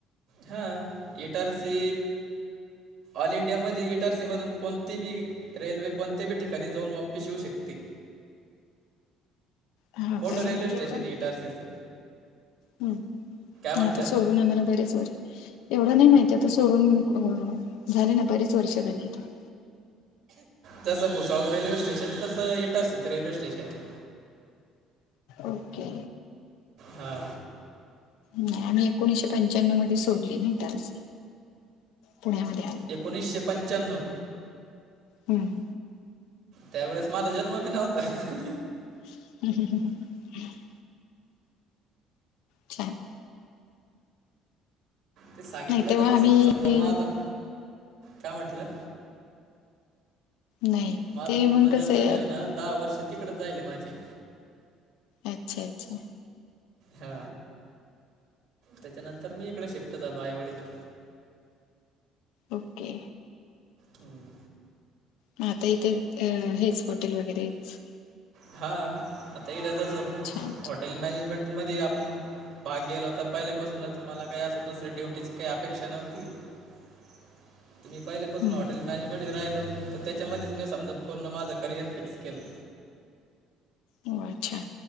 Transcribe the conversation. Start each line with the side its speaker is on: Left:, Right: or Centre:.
Right: हा इटारसी ऑल इंडिया मधी इटारसी मधून कोण ती बी रेल्वे कोणत्या बी ठिकाणी जाऊन वापिस येऊ शकते.
Left: हा
Right: मोठं
Left: का हे
Right: रेल्वे
Left: नाही
Right: स्टेशन
Left: एवढं नाही
Right: इटारसीच.
Left: माहित हम्म,
Right: म्हटलं?
Left: आता सोडून आम्हाला बरेच वर एवढं नाय माहिती आता सोडून अ झाले ना बरीच वर्ष झाली आता.
Right: जसं भुसावळ रेल्वे स्टेशन तसं इटारसीच रेल्वे स्टेशन ए.
Left: ओके.
Right: हा.
Left: नाय आम्ही एकोणीशे पंच्याण्नव मध्ये सोडली नाही ताज पुण्यामध्ये आहे.
Right: एकोणीसशे पंच्याण्णव?
Left: हम्म.
Right: त्यावेेळेस माझा जन्म बी नव्हता.
Left: <inaudible> छान.
Right: ते सांगितलं
Left: नाही तेव्हा
Right: म्या तस
Left: आम्ही
Right: समजा
Left: हम्म
Right: माझा, काय म्हटलं?
Left: नाही
Right: माझ
Left: ते
Right: पूर्ण
Left: मग कसं
Right: जन्म
Left: आहे
Right: ज्यो आय ना दहा वर्ष तिकड जायले माझे.
Left: अच्छा अच्छा.
Right: हा त्याच्यानंतर मी हिकडं शिफ्ट झालो आईवडीला क.
Left: ओके.
Right: हम्म.
Left: म आता इथे अ हेच हॉटेल वगैरेच?
Right: हा आता हित जस
Left: छान
Right: हॉटेल मॅनेजमेंट मध्ये आपण भाग गेला होता पहिल्यापासूनच मला काय असं दुसऱ्या ड्युटीची काय अपेक्षा नव्हती. <inaudible> मी पहिल्यापासून
Left: हम्म
Right: हॉटेल मॅनेजमेंट राहिलो तर त्याच्यामध्येच मी समजा पूर्ण माझं करियर फिक्स केलं.
Left: हो अच्छा.